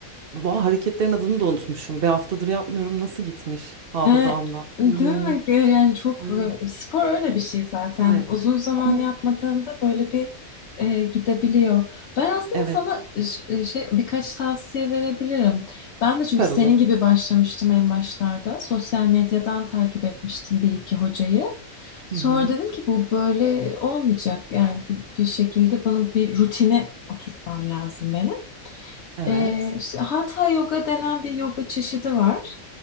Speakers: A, on the right; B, on the left.
A: Vah, hareketlerin adını da unutmuşum. Bir haftadır yapmıyorum nasıl gitmiş hafızamda.
B: E, değil
A: İnanılmaz.
B: mi? E, Yani çok
A: Evet,
B: e, spor öyle bir şey zaten.
A: evet.
B: Uzun zaman
A: Ama
B: yapmadığında böyle bir e, gidebiliyor. Ben aslında
A: evet
B: sana ş- e, şey birkaç tavsiye verebilirim. Ben de çünkü
A: süper
B: senin
A: olur.
B: gibi başlamıştım en başlarda. Sosyal medyadan takip etmiştim bir iki hocayı.
A: Hı
B: Sonra
A: hı.
B: dedim ki bu böyle olmayacak. Yani bir, bir şekilde bunun bir rutine oturtmam lazım benim.
A: Evet.
B: Ee, işte Hatha yoga denen bir yoga çeşidi var.